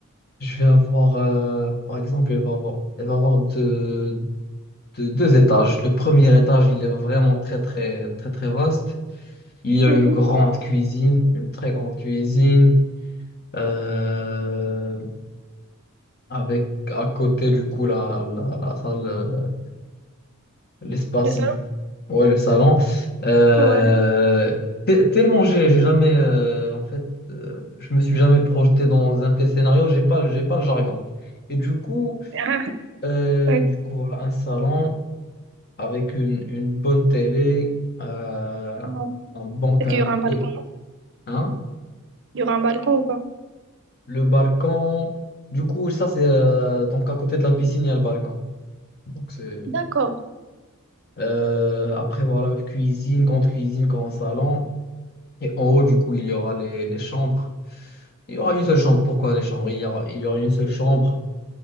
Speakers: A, on the left (about 45°); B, on the right (about 60°).
A: Je vais avoir, euh, par exemple, elle va avoir, elle va avoir deux, deux- deux étages. Le premier étage, il est vraiment très très très très vaste. Il y a
B: Mhm.
A: une grande cuisine, une très grande cuisine, euh, avec à côté du coup la, la, la salle. euh, L'espace
B: Le salon?
A: du... Ouais, le salon. Euh,
B: Ouais.
A: t- tellement j'ai j'ai jamais... euh, en fait, euh, je me suis jamais projeté dans un tel scénario. J'ai pas, j'ai pas le jargon. Et du coup,
B: Ah,
A: euh,
B: ok.
A: du coup, voilà, un salon avec une, une bonne télé, euh,
B: Ouais.
A: un bon canapé,
B: Est-ce qu'il y aura un balcon?
A: hein,
B: Il y aura un balcon ou pas?
A: le balcon. Du coup, ça, c'est... euh, donc, à côté de la piscine, il y a le balcon. Donc, c'est...
B: D'accord.
A: euh, après, voilà, cuisine, grande cuisine, grand salon. Et en haut, du coup, il y aura les, les chambres. Il y aura une seule chambre. Pourquoi les chambres? Il y aura, il y aura une seule chambre.